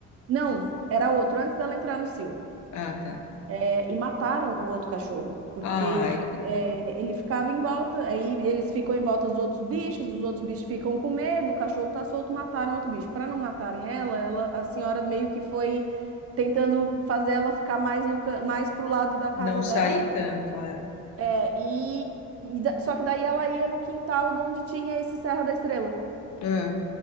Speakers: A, on the right (about 50°); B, on the left (about 70°).
A: Não, era outro, antes dela entrar no cio.
B: Ah, tá.
A: É, e mataram o outro cachorro, porque
B: Ai, que
A: é,
B: bom.
A: ele ficava em volta, aí eles ficam em volta dos outros bichos, os outros bichos ficam com medo, o cachorro tá solto, mataram outro bicho. Para não matarem ela, ela, a senhora meio que foi tentando fazer ela ficar mais no, ca- mais pro lado da casa
B: Não saí
A: dela,
B: tanto, é.
A: É, E, e da- só que daí ela ia no quintal de onde tinha esse Serra da Estrela,
B: É.